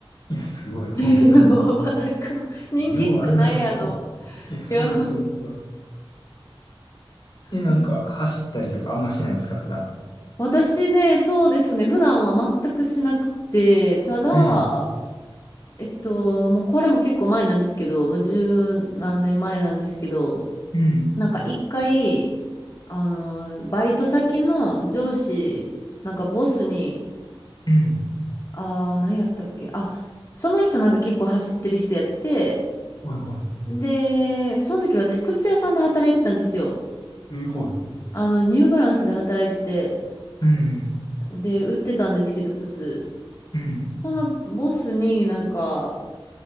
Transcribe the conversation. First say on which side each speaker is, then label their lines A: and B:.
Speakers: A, on the left; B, on the left.
A: いや、すごい。
B: <laughs>
A: ほんまに。
B: なんか人気じゃないあの、
A: ようあんな早く。いや、そうそうそう。
B: いや、
A: え、なんか、
B: め
A: 走ったりとかあんましないんですか、普段。
B: 私ね、そうですね、普段は全くしなくて、ただ、
A: うん、
B: えっと、もうこれも結構前なんですけど、もう十何年前なんですけど、
A: うん、
B: なんか一回、あの、バイト先の上司、なんかボスに、
A: うん。
B: あー、何やったっけ、あ、その人なんか結構走ってる人やって、
A: はいは
B: で、その時私、靴屋さんで働いてたんですよ。
A: い。え、は
B: あの、ニューバランスで働いてて、
A: い。うん、
B: で、売ってたんですけど、靴。
A: うん、
B: そのボスになんか、